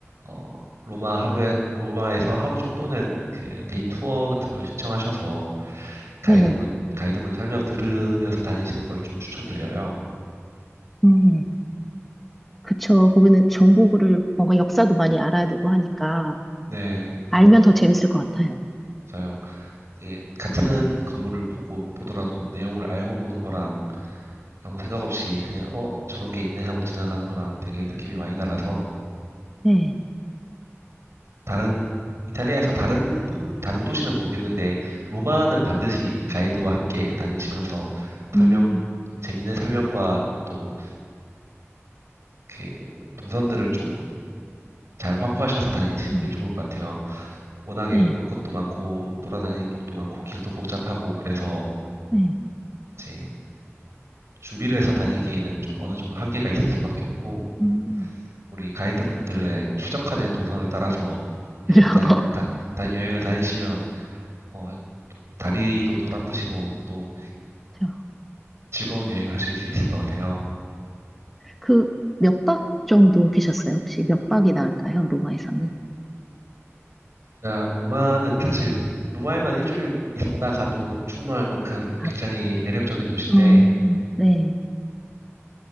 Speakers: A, on the right; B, in the centre.
A: 어, 로마 하루에 로마에서 하루 정도는 그 데이 투어 같은 걸 신청하셔서 가이드분
B: 네,
A: 가이드분 설명 들으면서 다니시는 걸 좀 추천드려요.
B: 네. 그쵸. 거기는 정보를 뭔가 역사도 많이 알아야 되고 하니까
A: 네,
B: 알면 더 재밌을 것 같아요.
A: 맞아요. 이게 같은 건물을 보고 보더라도 내용을 알고 보는 거랑 아무 생각 없이 그냥 어 저런 게 있네 하고 지나가는 거랑 되게 느낌이 많이 달라서
B: 네,
A: 다른 이탈리아에서 다른 부분 다른 도시는 모르겠는데 로마는 반드시 가이드와 함께 다니시면서 설명
B: 음,
A: 재밌는 설명과 또 그 동선들을 좀 잘 확보하셔서 다니시는
B: 네,
A: 게 좋을 것 같아요. 워낙에
B: 네,
A: 볼 것도 많고 돌아다닐 곳도 많고 길도 복잡하고 그래서
B: 네,
A: 이제 준비를 해서 다니기에는 좀 어느 정도 한계가 있을 수밖에 없고
B: 음.
A: 우리 가이드분들의 최적화된 동선을 따라서
B: 그죠?
A: 여행을 다,
B: <laughs>
A: 다- 다- 여행을 다니시면 어, 다리도 덜 아프시고 또
B: 그죠?
A: 즐거운 여행을 하실 수 있을 것 같아요.
B: 그 몇 박 정도 계셨어요? 혹시 몇 박이 나을까요? 로마에서는?
A: 자, 로마는 사실 로마에만 일주일 있다 가도 충분할 만큼
B: 아,
A: 굉장히 매력적인 도시인데
B: 어, 네,